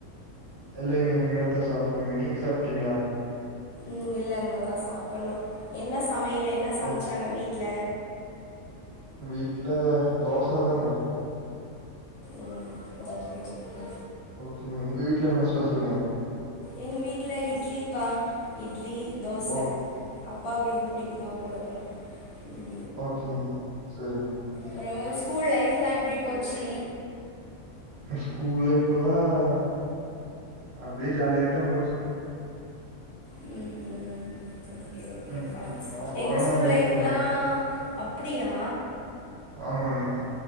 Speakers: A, on the right (about 50°); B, on the left (about 70°).
A: இல்லைங்க இனிமேல் தா சாப்படணும்ங்க நீங்க சாப்டீங்களா
B: உம் இல்ல இனிமே தா சாப்புட்ணு என்ன சமையல் என்ன சமச்சாங்க
A: ஓக்
B: வீட்டல
A: வீட்ல தோச ச தாங்க
B: உம் ஓகே ஓகே
A: ஓக்கே உங்க வீட்ல என்ன ஸ்பெசலுங்க
B: எங்க வீட்ல இட்லிப்பா இ இட்லி தோச
A: ஓ
B: அப்பாவுக்கு எது புடிக்குதோ குடுக்கணும் ம்
A: ஓக்கேங்க செரிங்க
B: அப்புறம் ஒங்க ஸ்கூல் லைஃப்லாம் எப்டி போச்சி
A: ஸ்கூல் லைஃப்ல்லாம் அப்டியே ஜாலியாத்தா போச்சுங்க
B: உம் உம் ஓக்கே ஓக்கேப்பா
A: ம் நா கொரோனா
B: எங்க ஸ்கூல்
A: பேட்சுங்க
B: லைஃப்லாம் அப்டியா
A: ஆமாங்க